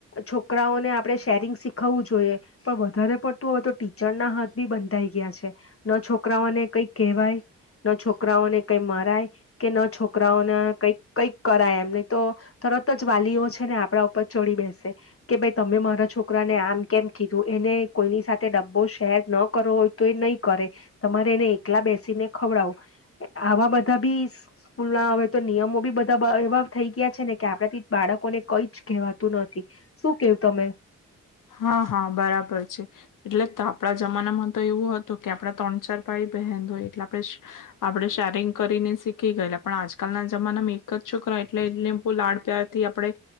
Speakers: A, on the left; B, on the left.
A: છોકરાઓને આપણે શેરિંગ શીખવવું જોઈએ પણ વધારે પડતું હોય તો ટીચર ના હાથ બી બંધાઈ ગયા છે ન છોકરાઓને કઈ કહેવાય ન છોકરાઓને કંઈ મરાય કે ન છોકરાઓને કઈક કઈક કરાય એમને તો તરત જ વાલીઓ છે ને આપણા ઉપર ચડી બેસે કે ભાઈ તમે મારા છોકરાને આમ કેમ કીધું એને કોઈની સાથે ડબ્બો શેર ન કરવો હોય તો એ નહીં કરે તમારે એને એકલા બેસીને ખવડાવો આવા બધા બી સ્કૂલ ના હો તો નિયમો બી બધા એવા થઈ ગયા છે ને કે આપણાથી બાળકોને કઈ જ કવાતું નથી શું? કેવું તમે
B: હા હા બરાબર છે એટલે આપણા જમાનામાં તો એવું હતું કે આપડા ત્રણ ચાર ભાઈ બહેન હોય એટલે આપણે આપડે શેરંગ કરીને શીખી ગયેલા પણ આજકાલના જમાનામાં એક જ છોકરા એટલે એને બહ લાડ પ્યારથી આપે